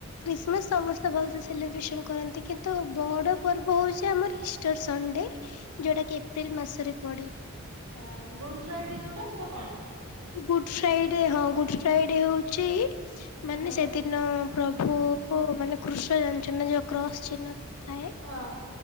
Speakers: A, on the left; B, on the right.
A: ଖ୍ରୀଷ୍ଟମାସ ସମସ୍ତେ ଭଲସେ ସେଲିବ୍ରେସନ କରନ୍ତି କିନ୍ତୁ ବଡ ପର୍ବ ହଉଛି ଆମର ଇଷ୍ଟର ସଣ୍ଡେ। ଯୋଉଟା କି ଏପ୍ରିଲ ମାସରେ ପଡେ।
B: ହ ଗୁଡ ଫ୍ରାଇଡେ ଯୋଉଟା ସେଟା କଣ?
A: ଗୁଡ ଫ୍ରାଇଡେ ହଁ ଗୁଡ ଫ୍ରାଇଡେ ହଉଛି ମାନେ
B: ହଁ
A: ସେଥିରେ ପ୍ରଭୁ ମାନେ କୃଷ୍ଣ ଜାଣିଚନ ଯୋଉ କ୍ରସ ଚିହ୍ନ ଥାଏ।
B: ହଁ